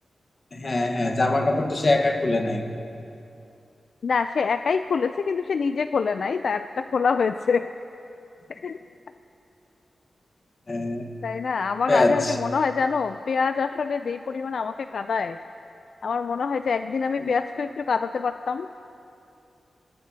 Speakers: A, on the left; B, on the left.
A: হ্যাঁ হ্যাঁ জামা কাপড় তো সে একা খুলে নাই <laughs>
B: না সে একাই খুলেছে কিন্তু সে নিজে খোলে নাই তারটা খোলা হয়েছে <laughs>
A: হ্যাঁ,
B: তাই না আমার
A: পেঁয়াজ
B: কাছে হচ্ছে মনে হয় জানো পেঁয়াজ আসলে যেই পরিমাণে আমাকে কাঁদায় আমার মনে হয় যে একদিন আমি
A: হুম,
B: পেঁয়াজকে একটু কাঁদাতে পারতাম